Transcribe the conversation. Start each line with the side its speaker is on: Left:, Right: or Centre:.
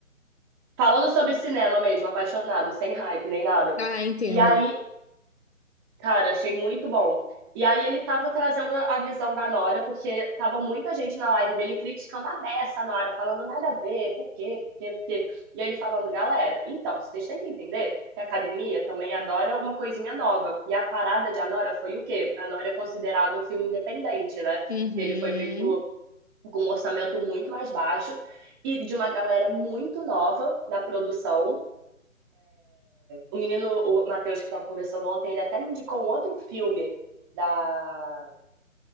Right: Falando sobre cinema mesmo, apaixonado, sem hype nem nada.
Left: Ah, entendo.
Right: E aí, cara, achei muito bom. E aí ele tava trazendo a visão da Nora, porque tava muita gente na live dele criticando a beça a Nora, falando nada a ver, por quê, por quê, por quê. E ele falando, galera, então, vocês têm que entender que a academia também adora uma coisinha nova. E a parada de A Nora foi o quê? A Nora é considerado um filme independente, né?
Left: Uhum.
Right: Que ele foi feito com um orçamento muito mais baixo e de uma galera muito nova na produção o menino, o Matheus, que estava conversando ontem, ele até me indicou um outro filme da,